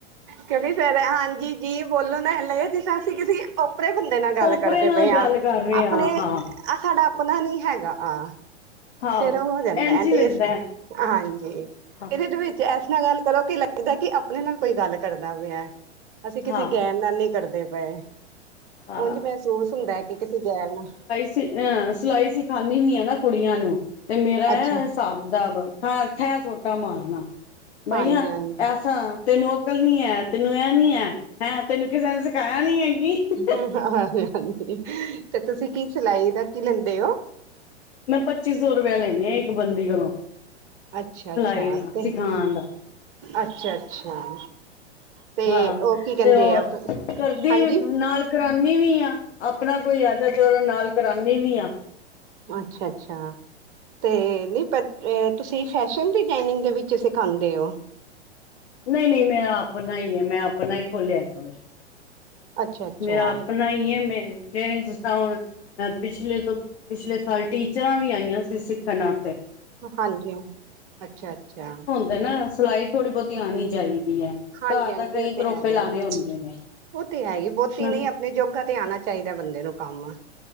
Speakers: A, on the right (about 50°); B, on the left (about 65°).
A: ਕਿਉਂਕਿ ਫਰ ਹਾਂਜੀ ਜੀ ਬੋਲੋ ਨਾ ਇਹ ਲ ਆ ਜਿਸ ਤਾਂ ਅਸੀਂ ਕਿਸੇ ਓਪਰੇ ਬੰਦੇ ਨਾਲ ਗੱਲ
B: ਓਪਰੇ
A: ਕਰਦੇ
B: ਨਾਲ
A: ਪਏ ਆਂ,
B: ਗੱਲ ਕਰ ਰਹੇ
A: ਆਪਣੇ
B: ਹਾਂ
A: ਅ
B: ਹਾਂ
A: ਆਹ ਸਾਡਾ ਆਪਣਾ ਨੀ ਹੈਗਾ ਆ।
B: ਹਾਂ
A: ਫੇਰ ਉਹ ਹੋ ਜਾਂਦਾ
B: ਇੰਝ
A: ਐ ਤੇ
B: ਹੀ ਲੱਗਦਾ
A: ਇਸ ਹਾਂਜੀ
B: ਹਾਂ
A: ਇਹਦੇਚ ਵਿੱਚ ਐਸ ਨਾ ਗੱਲ ਕਰੋ ਕੀ ਲੱਗਦਾ ਕਿ ਆਪਣੇ ਨਾਲ ਕੋਈ ਗੱਲ ਕਰਦਾ ਪਿਐ, ਅਸੀਂ ਕਿਸੇ
B: ਹਾਂ
A: ਗੈਰ ਨਾ ਨੀ ਕਰਦੇ ਪਏ,
B: ਹਾਂ
A: ਉਂਝ ਮਹਿਸੂਸ ਹੁੰਦੈ ਕਿ ਕਿਸੇ ਗੈਰ ਨਾ
B: ਸਿਲਾ ਸਿਲਾਈ ਸਿਖਾਨੀ ਵੀ ਆ ਨਾ ਕੁੜੀਆਂ ਨੂੰ ਤੇ ਮੇਰਾ
A: ਅੱਛਾ
B: ਐ ਸਾਬ ਕਿਤਾਬ ਥੈ ਸੋਟਾ ਮਾਰਨਾ ਬਈਆਂ
A: ਹਾਂਜੀ ਹਾਂਜੀ
B: ਐਸਾ, ਤੈਨੂੰ ਅਕਲ ਨੀ ਹੈ, ਤੈਨੂੰ ਇਹ ਨੀ ਹੈ, ਹੈਂ ਤੈਨੂੰ ਕਿਸੇ ਨੇ ਸਿਖਾਇਆ ਨੀ ਹੈ ਕਿ।
A: ਹੂੰ ਹਾਂ ਹਾਂਜੀ ਹ ਤੇ ਤੁਸੀਂ ਕੀ ਸਿਲਾਈ ਦਾ ਕੀ ਲੈਂਦੇ ਹੋ।
B: ਮੈਂ ਪੱਚੀ ਸੌ ਰੁਪਇਆ ਲੈਂਨੀ ਹਾਂ ਇੱਕ ਬੰਦੀ ਕੋਲੋਂ।
A: ਅੱਛਾ ਅੱਛਾ
B: ਸਿਲਾਈ ਦਾ
A: ਤੇ
B: ਸਿਖਾਉਣ ਦਾ।
A: ਅੱਛਾ ਅੱਛਾ ਤੇ
B: ਹਾਂ
A: ਉਹ ਕੀ ਕਹਿੰਦੇ
B: ਤੇ ਹੋ
A: ਆ
B: ਕਰਦੀ
A: ਹਾਂਜੀ
B: ਨਾਲ ਕਰਾਨੀ ਵੀ ਆ ਆਪਣਾ ਕੋਈ ਆ ਜਾ ਤੇ ਉਹਦਰੇ ਨਾਲ ਕਰਾਨੀ ਵੀ ਆ।
A: ਅੱਛਾ-ਅੱਛਾ ਤੇ ਪ ਤੁਸੀਂ ਫੈਸ਼ਨ ਡਿਜਾਇਨਿੰਗ ਦੇ ਵਿੱਚ ਤੁਸੀਂ ਖਾਂਦੇ ਓ?
B: ਨਹੀਂ-ਨਹੀਂ ਮੈਂ ਆਪਣਾ ਈ ਐ। ਮੈਂ ਆਪਣਾ ਈ ਖੋਲਿਆ ਦਾ।
A: ਅੱਛਾ ਅੱਛਾ
B: ਮੇਰਾ ਆਪਣਾ ਈ ਐ। ਮੈਂ-ਮੈਂ ਜਿਸ ਤਾ ਹੁਣ ਐ ਪਿਛਲੇ ਤੋਂ ਪਿਛਲੇ ਸਾਲ, ਟੀਚਰਾਂ ਵੀ ਆਈਆਂ ਸੀ ਸਿੱਖਣ ਆਸਤੇ।
A: ਹਾਂਜੀ-ਹਾਂ। ਅੱਛਾ-ਅੱਛਾ।
B: ਤੇ ਨਾ ਸਿਲਾਈ ਥੋੜ੍ਹੀ ਬਹੁਤੀ ਆਂਣੀ ਚਾਹੀਦੀ ਐ।
A: ਹਾਂਜੀ
B: ਘਰ
A: ਹਾਂਜੀ
B: ਦਾ ਕਈ
A: ਉਹ
B: ਤਰੋਪੇ
A: ਤੇ ਹੈ ਹੀ
B: ਲਾਣੇ
A: ਆ
B: ਹੁੰਦੇ ਨੇ।
A: ਉਹ ਤੇ ਹੈ ਈ ਐ। ਬਹੁਤੀ
B: ਨਾ।
A: ਨੀ ਆਪਣੇ ਯੋਗਾ ਤੇ ਆਣਾ ਚਾਹੀਦਾ ਬੰਦੇ ਨੂੰ ਕੰਮ।